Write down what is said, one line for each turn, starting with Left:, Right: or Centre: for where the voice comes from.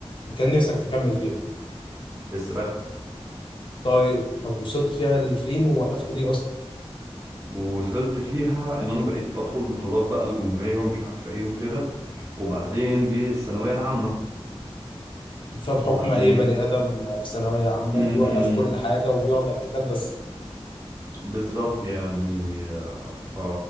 Left: كان نفسك تكمل فيها
Right: السباحه
Left: طيب طب وصلت فيها لفين ووقفت ليه اصلا
Right: ووصلت فيها ان انا بقيت بدخل بطولات بقى الجمهوريه ومش عارف ايه وكده وبعدين جه الثانويه العامه
Left: فبحكم
Right: وبعدين
Left: اي بني ادم في ثانوية عامة
Right: مم،
Left: بيوقف كل حاجة وبيقعد على الكتاب بس
Right: بالظبط يعني آه، ف...